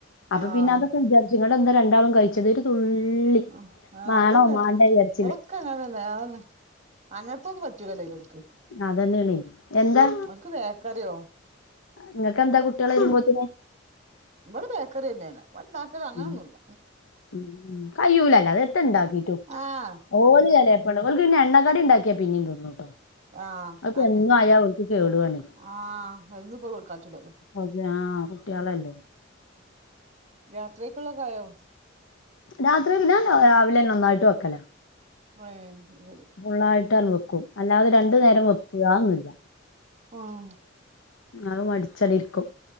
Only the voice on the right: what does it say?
ആഹ്
ആഹ് ആഹ്
അതന്നെ
ഇവടൊക്കെ അങ്ങൻതെന്നേ ആഹ് അങ്ങൻത്തൊന്നും പറ്റൂലല്ലോൽക്ക്
ഉം ഓൽക്ക് ബേക്കറ്യോ
ഇബടെ ബേക്കറി തന്നെള്ളെ ബടെ ണ്ടാക്കല് അങ്ങനൊന്നുല്ല
ആഹ്
ആഹ്
അന്നെ
ആഹ് എന്നുംപ്പോ കൊടുക്കാറ്റൂലല്ലോ
രാത്രിയേക്ക്‌ള്ളോക്കായോ
<unintelligible>
ഓഹ്